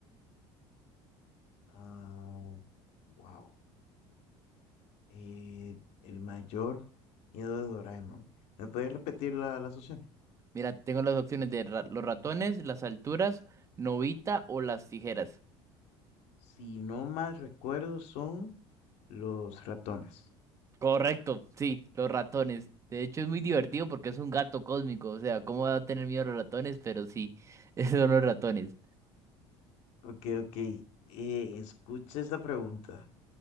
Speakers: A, on the left; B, on the right.
A: Ah, wow. Eh, el mayor miedo de Doraemon. ¿Me puedes repetir la, las opciones?
B: Mira, tengo las opciones de ra- los ratones, las alturas, Novita o las tijeras.
A: Si no mal recuerdo, son los ratones.
B: Correcto, sí, los ratones. De hecho, es muy divertido porque es un gato cósmico. O sea, ¿cómo va a tener miedo a los ratones? Pero sí, <laughs> esos son los ratones.
A: Ok, ok. Eh, escucha esta pregunta.